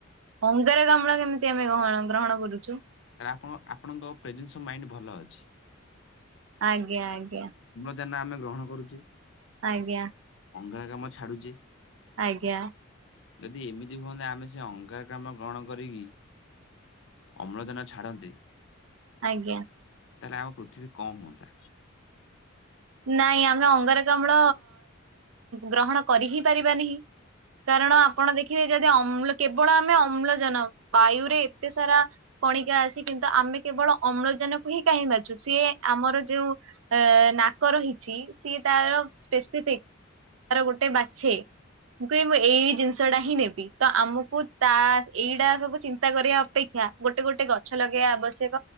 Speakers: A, on the right; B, on the left.
A: ଅଙ୍ଗାରକାମ୍ଳ କେମିତି ଆମେ ଗଣ ଗ୍ରହଣ କରୁଛୁ
B: ଲେ ଆପ ଆପଣଙ୍କ ପ୍ରେଜେନ୍ସ ଅଫ ମାଇଣ୍ଡ ଭଲ ଅଛି।
A: ଆଜ୍ଞା ଆଜ୍ଞା
B: ଅମ୍ଳଜାନ ଆମେ ଗ୍ରହଣ କରୁଛେ
A: ଆଜ୍ଞା
B: ଅଙ୍ଗାରକାମ୍ଳ ଛାଡୁଛେ
A: ଆଜ୍ଞା
B: ଯଦି ଏମିତି ହୁଅନ୍ତତା ଆମେ ସେ ଅଙ୍ଗାରକାମ୍ଳ ଗ୍ରହଣ କରିକି ଅମ୍ଳଜାନ ଛାଡନ୍ତେ
A: ଆଜ୍ଞା
B: ତାହେଲେ ଆମ ପୃଥିବୀ କଣ ହୁଅନ୍ତା।
A: ନାଇଁ ଆମେ ଅଙ୍ଗାରକାମ୍ଳ ଗ୍ରହଣ କରି ହିଁ ପାରିବାନହିଁ କାରଣ ଆପଣ ଦେଖି ଦେଖିବେ ଯଦି ଅମ୍ କେବଳ ଆମେ ଅମ୍ଳଜାନ ବାୟୁ ରେ ଏତେ ସାରା କଣିକା ଅଛି କିନ୍ତୁ ଆମେ ଆମେ କେବଳ ଅମ୍ଳଜାନକୁ ହିଁ କାହିଁ ବାଛୁ ସିଏ ଆମର ଯୋଉ ନାକ ରହିଛି ସିଏ ତାର ସ୍ପେସିଫିକ ତାର ଗୋଟେ ବାଛେ ମୁଁ କଇବି ଏଇ ଏଇ ଜିନିଷ ଟା ହିଁ ନେବି, ତ ଆମକୁ ତା ଏଇଟା ସବୁ ଚିନ୍ତା କରିବା ଅପେକ୍ଷା ଗୋଟେ ଗୋଟେ ଗଛ ଲଗେଇବା ଆବଶ୍ୟକ